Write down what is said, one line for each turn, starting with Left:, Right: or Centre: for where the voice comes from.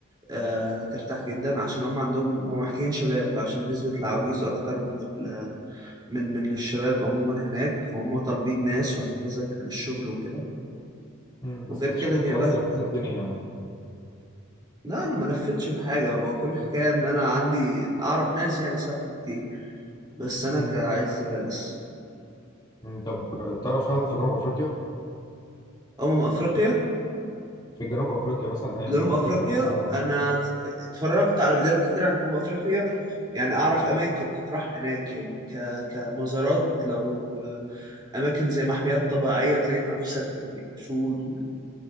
Right: آه، هترتاح جدا عشان هم عندهم هم محتاجين شباب عشان نسبة العواجيز أكتر من ال... من من الشباب عموما هناك فهم طالبين ناس وهكذا للشغل وكده
Left: مم.
Right: وغير
Left: بس انت
Right: كده
Left: شكلك
Right: هي
Left: عايز
Right: بلد
Left: لفيت الدنيا يعني
Right: لا انا ما لفتش في حاجه هو كل حكايه ان انا عندي اعرف ناس يعني سافروا كتير بس انا
Left: مم.
Right: كعز لا لسه
Left: مم. طب تعرف هل في جنوب افريقيا
Right: امم افريقيا
Left: في جنوب افريقيا مثلا اي
Right: جنوب
Left: جنوب
Right: افريقيا
Left: افريقيا نفسها
Right: انا ت- اتفرجت على فيديوهات كتير عن جنوب افريقيا يعني اعرف اماكن تطرح هناك يعني ك... كمزارات لو اماكن زي محميات طبيعيه تلاقي نفسك جنب الاسود وال...